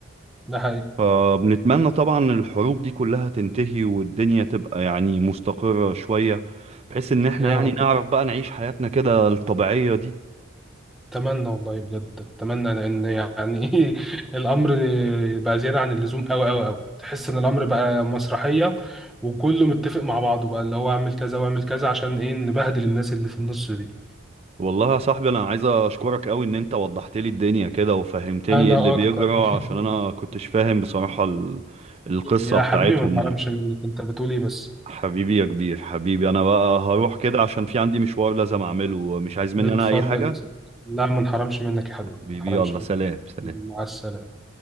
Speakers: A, in the centre; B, on the right.
A: ده حقيقي
B: فبنتمنى طبعا الحروب دي كلها تنتهي والدنيا تبقى يعني مستقرة شوية بحيث ان احنا
A: يا
B: يعني
A: رب
B: نعرف بقى نعيش حياتنا كده الطبيعية دي
A: اتمنى والله بجد اتمنى لان يعني <laughs> ايه الامر بقى زياده عن اللزوم قوي قوي قوي تحس ان الامر بقى مسرحيه وكله متفق مع بعضه بقى اللي هو اعمل كذا واعمل كذا عشان ايه نبهدل الناس اللي في النص دي
B: والله يا صاحبي انا عايز اشكرك قوي ان انت وضحت لي الدنيا كده وفهمتني
A: انا
B: ايه اللي بيجرى
A: اكتر
B: عشان انا
A: <laughs>
B: كنتش فاهم بصراحة ال- القصة
A: يا
B: بتاعتهم
A: حبيبي ما انحرمش
B: دي
A: منك انت بتقول ايه بس
B: حبيبي يا كبير حبيبي انا بقى هروح كده عشان في عندي مشوار لازم اعمله مش عايز مني
A: اتفضل
B: انا اي حاجة
A: يا صديقي لا ما انحرمش منك يا حبيبي ما
B: حبيبي
A: انحرمش
B: يلا
A: منك
B: سلام سلام
A: مع السلامة